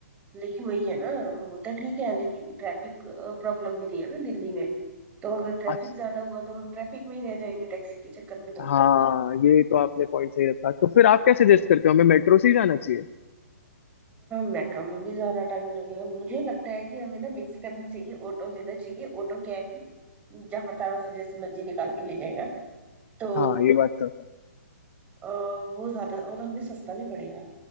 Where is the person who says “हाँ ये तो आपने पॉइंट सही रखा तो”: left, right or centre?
Left